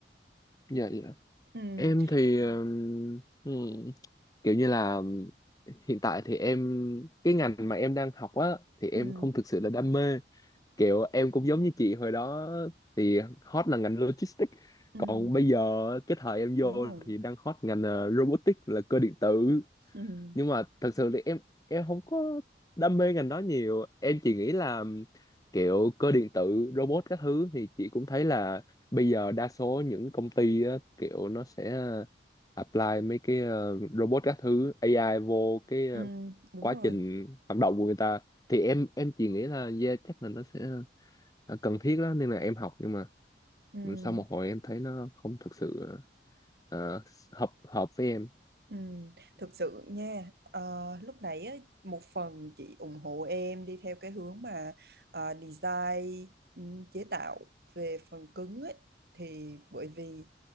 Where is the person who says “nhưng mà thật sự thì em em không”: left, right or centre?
Left